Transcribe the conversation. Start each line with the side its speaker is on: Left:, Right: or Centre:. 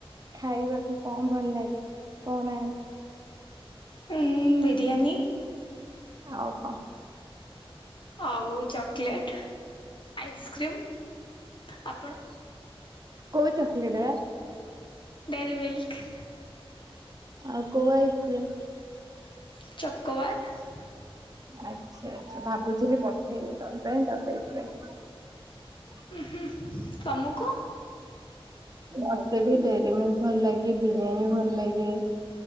Right: ଖାଇବାକୁ କଣ ଭଲ ଲାଗେ? କହୁନାହାନ୍ତି?
Left: ଉଁ ବିରିୟାନୀ।
Right: ଆଉ କଣ?
Left: ଆଉ ଚକୋଲେଟ, ଆଇସ୍କ୍ରିମ୍, ଆ
Right: କଉ ଚକଲେଟ ବା।
Left: Dairy Milk.
Right: ଆଉ କୋଉ
Left: ଚକୋବାର
Right: ଆଛା ଆଛା ଭାବୁଥିଲି ପଠେଇବି ତମ ପାଇଁ <inaudible>
Left: ହୁଁ ହୁଁ ତମକୁ
Right: ମତେ ବି ଡେ ଭଲ ଲାଗେ ବିରିୟାନୀ ଭଲ ଲାଗେ।